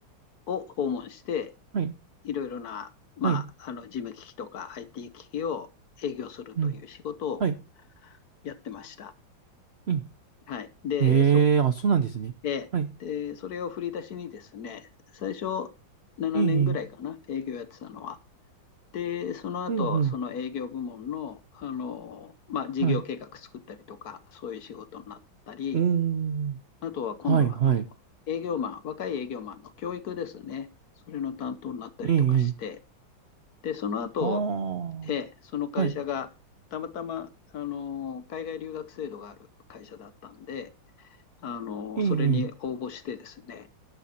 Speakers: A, on the left (about 60°); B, on the right (about 80°).
A: を訪問して、
B: はい、
A: いろいろな、まあ、
B: はい、
A: あの事務機器とか IT 機器を営業するという仕事を
B: うん、はい、
A: やってました。
B: うん。
A: はい。で、
B: へえ、
A: そ、
B: あ、そうなんですね。
A: で、
B: はい、
A: で、それを振り出しにですね、最初7年ぐらいかな、
B: ええ、
A: 営業やってたのは。で、その後、
B: うん、うん、
A: その営業部門の、あの、まあ、事業計画作ったりとか、
B: はい。
A: そういう仕事になったり、
B: うーん。
A: あとは今度は、
B: はいはい。
A: あの、営業マン、若い営業マンの教育ですね。それの担当になったりとかして、
B: ええ、ええ。
A: で、その後、
B: ああ。
A: ええ、その会社が、
B: はい。
A: たまたま、あの、海外留学制度がある会社だったんで、あの、
B: ええ、
A: それに応募してですね、
B: ええ。